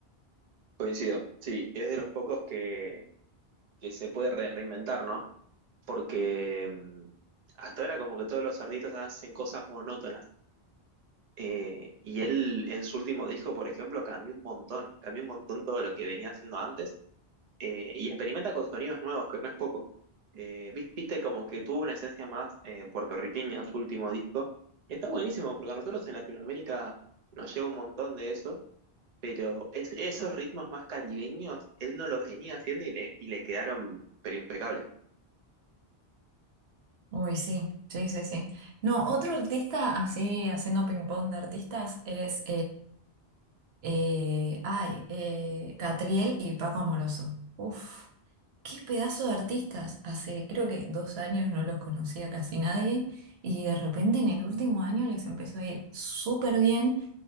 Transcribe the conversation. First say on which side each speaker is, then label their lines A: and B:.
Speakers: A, on the right; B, on the right.
A: Coincido, sí, es de los pocos que, que se puede re- reinventar, ¿no? Porque mm, hasta ahora como que todos los artistas hacen cosas monótonas. Eh, y él en su último disco, por ejemplo, cambió un montón, cambió un montón todo lo que venía haciendo antes eh, y experimenta con sonidos nuevos, que no es poco. Eh, vis- viste como que tuvo una esencia más eh, puertorriqueña en su último disco. Está buenísimo porque a nosotros en Latinoamérica nos llega un montón de eso, pero es- esos ritmos más caribeños, él no los venía haciendo y le, y le quedaron pero impecables.
B: Uy, sí, sí, sí, sí. No, otro artista así, haciendo ping-pong de artistas, es Eh, ay, eh, Catriel y Paco Amoroso. Uf, qué pedazo de artistas. Hace creo que dos años no los conocía casi nadie y de repente en el último año les empezó a ir súper bien.